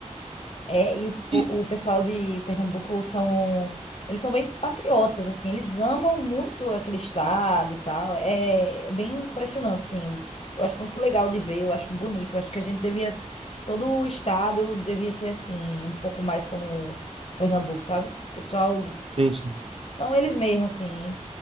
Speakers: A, on the left; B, on the right.
A: É, e o, po-
B: E-
A: o pessoal de Pernambuco são. Eles são bem patriotas, assim. Eles amam muito aquele estado e tal. É é bem impressionante, assim. Eu acho muito legal de ver, eu acho bonito. Eu acho que a gente devia. Todo o estado devia ser assim, um pouco mais como Pernambuco, sabe? Pessoal,
B: Sim, sim.
A: são eles mesmos, assim.